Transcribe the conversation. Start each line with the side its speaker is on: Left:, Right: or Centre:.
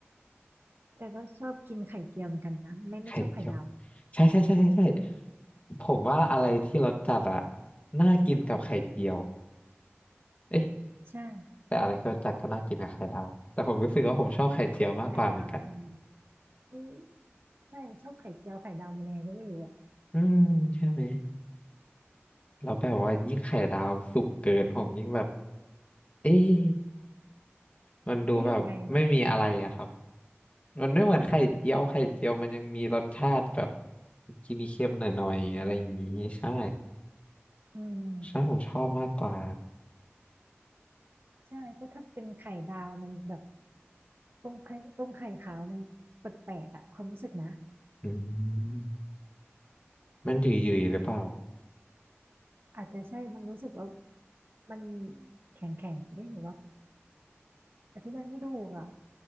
Right: แต่ก็ชอบกินไข่เจียวเหมือนกันนะไม่ไม่ชอบไข่ดาว
Left: ไข่เจียวใช่ใช่ใช่ใช่ใช่ผมว่าอะไรที่รสจัดอ่ะน่ากินกับไข่เจียวเอ๊ะ
Right: ใช่
Left: แต่อะไรที่รสจัดก็น่ากินกับไข่ดาวแต่ผมรู้สึกว่าผมชอบไข่เจียวมากกว่าเหมือนกัน
Right: ไม่ไข่ดาวมันอืมใช่ชอบไข่เจียวไข่ดาวมันยังไงก็ไม่รู้อะ
Left: อืมใช่ไหมแล้วแบบว่ายิ่งไข่ดาวสุกเกินผมยิ่งแบบ เอ๊ะมันดูแบบไม่มีอะไรอะครับ
Right: เอ๊ะยังไง
Left: มันไม่เหมือนไข่เจียวไข่เจียวมันยังมีรสชาติแบบ
Right: อ๋อ
Left: กินเค็มหน่อยๆอะไรอย่างนี้ใช่
Right: อืม
Left: ใช่ผมชอบมากกว่า
Right: ใช่ก็ถ้าเป็นไข่ดาวมันแบบต้มไข่ต้มไข่ขาวมันแปลกๆอ่ะความรู้สึกนะ
Left: อืมมันหยืดๆหรือเปล่า
Right: อาจจะใช่มันรู้สึกว่ามันแข็งแข็งได้หรือว่าอธิบายไม่ถูกอ่ะ